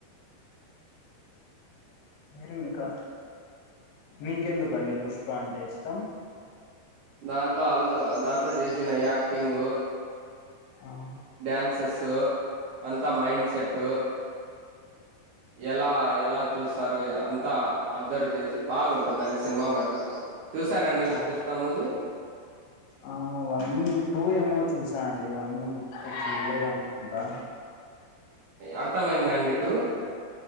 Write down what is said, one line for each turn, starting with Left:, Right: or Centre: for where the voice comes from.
Left: మీరు ఇంకా మీకెందుకండి పుష్ప అంటే ఇష్టం
Right: దాంట్లో అల్లు దాంట్లో చేసిన యాక్టింగ్
Left: ఆ
Right: డ్యాన్సెస్ తు అంత త్త మైండ్ సెట్ ఎలా ఎలా చూస్తారు ఇగ అంతా అబ్జర్వ్ చేసి బాగుంటుందండి సినిమా మట్టుకు చూసారండి మీరు
Left: ఆ
Right: పుష్ప మూవీ
Left: ఆ వన్ టూ ఏమో చూసా అండి ఇవన్నీ గుర్తుకొచ్చిలేద అనుకుంటా
Right: అర్థమైంద అండి ఇటు